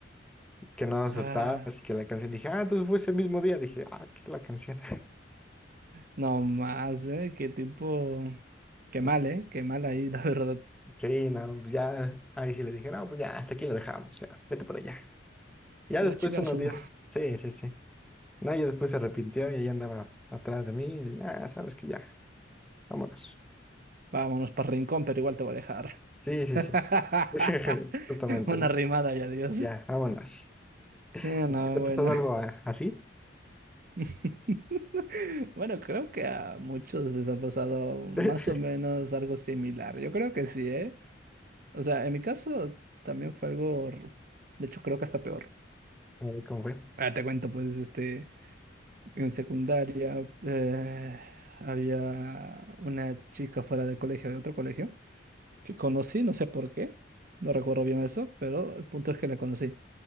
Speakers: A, in the centre; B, on the right.
A: que no aceptabas
B: Ah,
A: y que la canción. Dije, ah, entonces fue ese mismo día. Dije, ah, que la canción.
B: nomás, ¿eh? Qué tipo... Qué
A: <laughs>
B: mal, ¿eh? Qué mal ahí, <laughs> la verdad.
A: Sí, no, pues ya, ahí sí le dije, no, pues ya, hasta aquí lo dejamos, ya, vete para allá. Ya
B: Se
A: después
B: va a chingar
A: unos
B: su...
A: días, sí, sí, sí. No, ya después se arrepintió y ella andaba atrás de mí y, ah, sabes que ya, vámonos.
B: Vámonos para Rincón, pero igual te voy a dejar.
A: Sí, sí,
B: <laughs>
A: sí. <laughs> Justamente,
B: Una
A: ¿no?
B: rimada y adiós.
A: Ya, vámonos. ¿A
B: Ah, No,
A: ti te ha
B: bueno.
A: pasado algo a- así?
B: <laughs> Bueno, creo que a muchos les ha pasado más
A: <laughs>
B: o menos algo similar. Yo creo que sí, ¿eh? O sea, en mi caso también fue algo... r- De hecho, creo que hasta peor.
A: A ver cómo fue.
B: Ah, te cuento, pues, este... En secundaria eh, había una chica fuera del colegio, de otro colegio, que conocí, no sé por qué, no recuerdo bien eso, pero el punto es que la conocí